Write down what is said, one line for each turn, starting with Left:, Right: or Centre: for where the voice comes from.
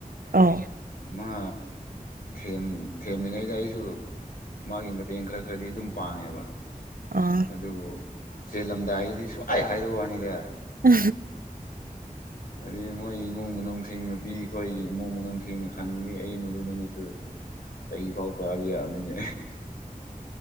Right: ꯑꯧ
Left: ꯃꯥ ꯦꯝ ꯊꯦꯝꯂꯤꯉꯩꯗ ꯑꯩꯁꯨ ꯃꯥꯒꯤ ꯃꯇꯦꯡ ꯈꯔ ꯈꯔꯗꯤ ꯑꯗꯨꯝ ꯄꯥꯡꯉꯦꯕ
Right: ꯑꯥ
Left: ꯑꯗꯨ ꯆꯦꯜꯂꯝꯗꯥꯏꯗꯗꯤ ꯁꯨꯋꯥꯥꯏ ꯍꯥꯏꯗ ꯋꯥꯅꯤꯗ
Right: ꯎ
Left: ꯑꯗꯨꯩ ꯃꯣꯏ ꯏꯃꯨꯡ ꯃꯅꯨꯡꯁꯤꯡ ꯅꯨꯄꯤ ꯑꯩꯈꯣꯏꯒꯤ ꯏꯃꯨꯡ ꯃꯅꯨꯡꯁꯤꯡꯅ ꯈꯪꯦ ꯑꯩ ꯃꯗꯨ ꯅꯨꯃꯤꯠꯇꯨꯗ ꯁꯩ ꯐꯥꯎ ꯆꯕꯤꯅꯤꯅꯦ